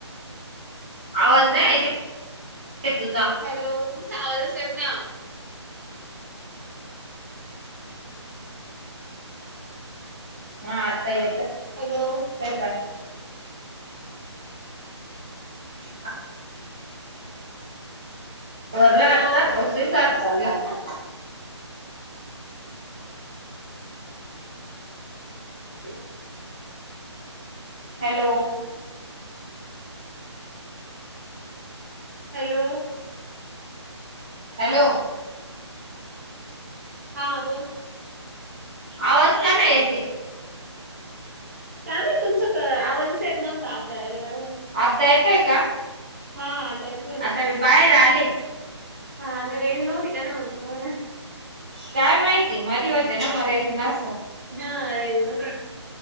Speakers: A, on the right; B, on the right.
A: आवाज नाही येतेय तुझा.
B: हॅलो! तुमचा आवाज च येत नाही.
A: हां आत्ता येतो
B: हॅलो!
A: तय काय? <inaudible> आवरलं
B: हॅलो
A: आताच <unintelligible> चालू आहे अजून. <inaudible> हॅलो!
B: हॅलो!
A: हॅलो!
B: हां बोला!
A: आवाज का नाही येतेय?
B: काय माहित तुमचं आवाजच येत नव्हता आता यायला लागला.
A: आत्ता येतोय का?
B: हां आता येतोय
A: आता मी बाहेर आले.
B: हां रेज नव्हती का ना मग? <unintelligible>
A: काय माहिती मधी होते ना मग रेंज नसलं.
B: हां रेंज नसलं